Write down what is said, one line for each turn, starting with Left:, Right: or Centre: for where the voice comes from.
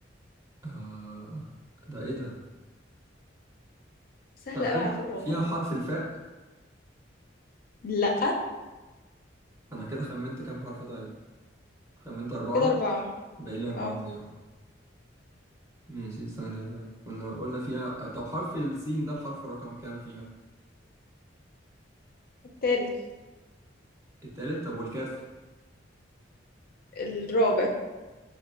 Right: آه ده ايه ده
Left: سهلة
Right: طب فيها
Left: أوي على فكرة والله
Right: فيها حرف الفاء
Left: لا
Right: انا كده خمنت كام حرف طيب خمنت أربعة
Left: كده أربعة
Right: باقي لي أربعة
Left: اه
Right: زيهم ماشي ثانية طيب قلنا قلنا فيها طب حرف السين ده الحرف رقم كام فيها
Left: التالت
Right: التالت طب والكاف
Left: الرابع